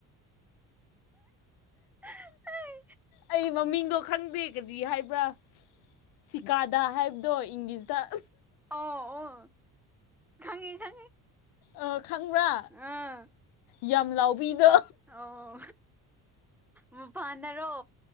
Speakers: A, in the centre; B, on the left.
A: ꯍ <inaudible>
B: ꯑꯩ ꯃꯃꯤꯡꯗꯣ ꯈꯪꯗꯦ ꯒꯔꯤ ꯍꯥꯏꯕ꯭ꯔꯥ ꯆꯤꯀꯥꯗꯥ ꯍꯥꯏꯕꯗꯣ ꯏꯪꯂꯤꯁꯇ
A: ꯑꯣ ꯑꯣ ꯈꯪꯉꯤ ꯈꯪꯉꯤ
B: ꯑꯣ ꯈꯪꯕ꯭ꯔꯥ
A: ꯑꯥ
B: ꯌꯥꯝ ꯂꯥꯎꯕꯤꯗꯣ
A: ꯑꯣ ꯃꯄꯥꯟꯗꯔꯣ